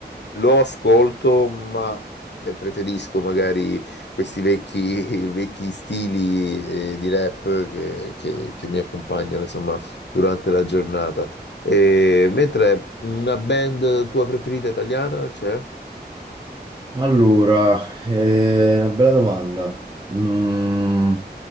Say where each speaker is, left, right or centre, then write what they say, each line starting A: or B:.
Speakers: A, on the left; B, on the right.
A: lo ascolto, ma preferisco magari questi vecchi, <laughs> vecchi stili eh, di rap che che- che mi accompagnano, insomma, durante la giornata. E mentre una band tua preferita italiana c'è?
B: Allora, è una bella domanda. Mm,